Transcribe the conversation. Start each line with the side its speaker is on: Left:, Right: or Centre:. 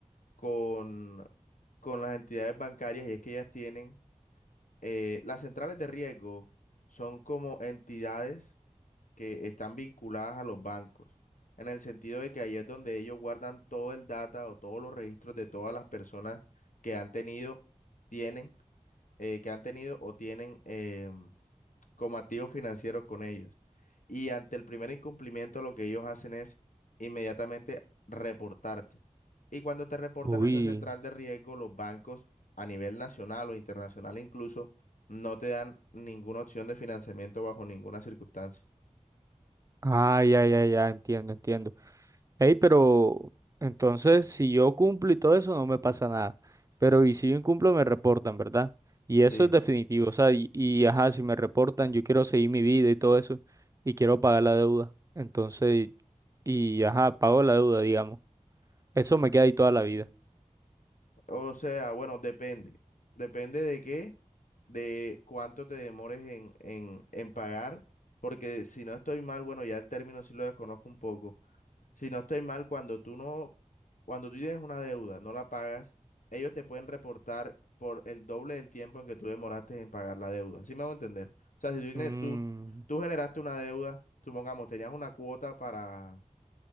Left: con, con las entidades bancarias y es que ellas tienen eh, las centrales de riesgo son como entidades que están vinculadas a los bancos, en el sentido de que ahí es donde ellos guardan todo el data o todos los registros de todas las personas que han tenido, tienen, eh, que han tenido o tienen em, como activos financieros con ellos. Y ante el primer incumplimiento, lo que ellos hacen es inmediatamente reportarte. Y cuando te reportan
Right: Uy.
Left: a esa central de riesgo, los bancos a nivel nacional o internacional incluso no te dan ninguna opción de financiamiento bajo ninguna circunstancia.
Right: Ah, ya, ya, ya, entiendo, entiendo. Ey, pero entonces, si yo cumplo y todo eso, no me pasa nada. Pero y si yo incumplo, me reportan, ¿verdad? Y
Left: Sí.
Right: eso es definitivo. O sea, y, y, ajá, si me reportan, yo quiero seguir mi vida y todo eso, y quiero pagar la deuda. Entonces, y ajá, pago la deuda, digamos. Eso me queda ahí toda la vida.
Left: O sea, bueno, depende. Depende de qué, de cuánto te demores en, en, en pagar, porque si no estoy mal, bueno, ya el término sí lo desconozco un poco Si no estoy mal, cuando tú no, cuando tú tienes una deuda, no la pagas, ellos te pueden reportar por el doble del tiempo en que tú demoraste en pagar la deuda. ¿Sí me hago entender? O sea, si tú tienes,
Right: Mm,
Left: tú, tú generaste una deuda, supongamos, tenías una cuota para